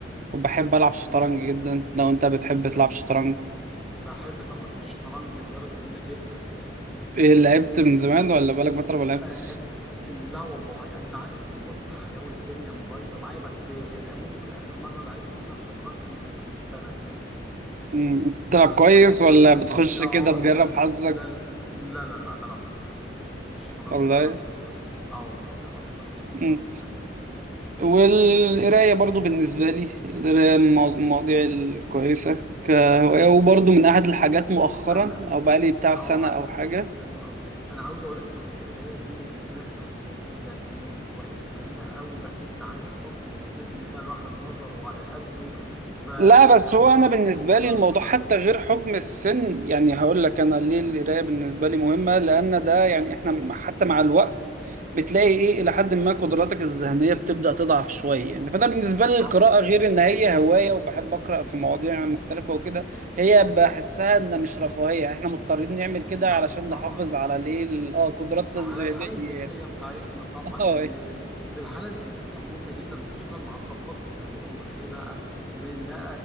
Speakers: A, on the right (about 45°); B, in the centre.
A: وبحب العب شطرنج
B: حلو جدا
A: جدا لو انت بتحب
B: جم...
A: تلعب شطرنج
B: بحب طبعا الشطرنج رياضة جميلة جدا
A: إيه، لعبت من زمان ولا بقالك فترة ما لعبتش؟
B: آه لا والله انت عارف ضغوط الحياة والدنيا مبايظة معايا بس آه، ممكن اخر مرة لعبت فيها شطرنج ممكن من سنة كده
A: مم، بتلعب
B: بس
A: كويس
B: ما يغركش
A: ولا بتخش
B: اه
A: كده تجرب
B: لا لا
A: حظك
B: لا لا لا لا بلعب كويس آه، الشطرنج
A: ولا
B: انا بلعب فيه كويس اه والله بلعب كويس شطرنج
A: ايه؟
B: حلو أوي.
A: والقراية برضو بالنسبة لي القراية من المواض- المواضيع الكويسة كهواية وبرضو من أحد الحاجات مؤخرا
B: انا
A: أو بقالي بتاع سنة
B: اه
A: أو حاجة
B: حلو قوي انا عاوز اقول لك ان القرايه دي غذاء للروح بجد من الهوايات الجميله قوي بس انت عارف حكم السن بقى الواحد نظره على قده ف
A: لا بس هو
B: خ-
A: انا بالنسبه
B: خلاص
A: لي الموضوع
B: بقى
A: حتى غير حكم السن يعني هقول لك انا ليه القرايه بالنسبه لي مهمه لان ده يعني احنا م- حتى مع الوقت بتلاقي ايه الى حد ما قدراتك الذهنيه بتبدا تضعف شويه يعني فانا بالنسبه لي القراءه
B: طبعا
A: غير ان هي هوايه وبحب اقرا في مواضيع مختلفه وكده هي بحسها ان مش رفاهيه يعني احنا مضطرين نعمل كده
B: لا
A: علشان نحافظ
B: طبعا
A: على ليه ال- اه قدراتنا
B: على
A: الذهنيه
B: الحاله الذهنيه بتاعتنا طبعا
A: <laughs> اه
B: لان الحاله الذهنيه مهمه جدا وخصوصا مع التقدم في العمر ليه بقى لان